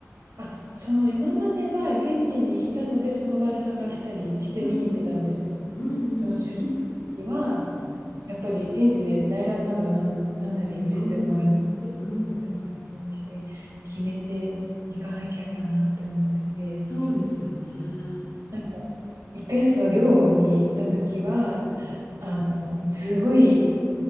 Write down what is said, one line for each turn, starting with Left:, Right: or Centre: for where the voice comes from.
Right: あ、その今までは現地にいたので、その場で探したりして見に行ってたんですけど、
Left: うんうんうん。うんうん
Right: その次の時は、
Left: うん。
Right: やっぱり現地で内覧などなんなんなり見せてもらっ
Left: うんうん。うん
Right: 撮ってもらったりして、決めていかなきゃかなって思ってて、
Left: そうですよね。
Right: なんか、1回その寮に行った時は、
Left: うん。うん。
Right: あの、すごい、